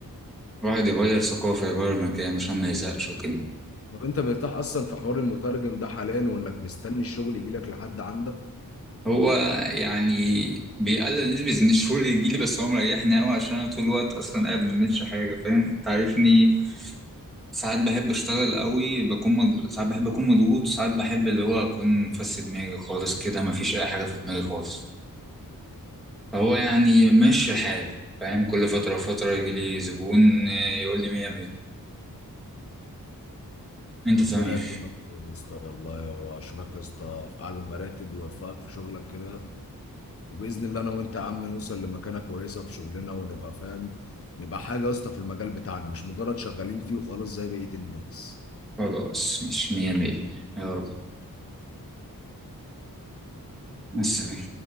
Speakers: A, in the centre; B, on the left.
A: الواحد يغير ثقافة يغير مكان عشان ما يزهقش وكده
B: طب انت مرتاح اصلا في حوار المترجم ده حاليا وانك مستني الشغل يجي لك لحد عندك
A: هو يعني بيقلل نسبة إن الشغل يجيلي بس هو مريحني أوي عشان أنا طول الوقت أصلا قاعد ما بعملش حاجة فاهم تعرفني ساعات بحب أشتغل أوي بكون مض... ساعات بحب أكون مضغوط ساعات بحب اللي هو أكون فس دماغي خالص كده مفيش أي حاجة في دماغي خالص فهو يعني ماشي الحال فاهم كل فترة وفترة يجيلي زبون آه، يقول لي مية مية أنت
B: ربنا
A: تمام
B: يكرمك يا اسطى والله واشوفك يا اسطى في اعلى المراتب ويوفقك في شغلك كده وباذن الله انا وانت يا عم نوصل لمكانه كويسه في شغلنا ونبقى فاهم نبقى حاجه يا اسطى في المجال بتاعنا مش مجرد شغالين فيه وخلاص زي بقيه الناس
A: خلاص مش مية مية يا رب مع السلامة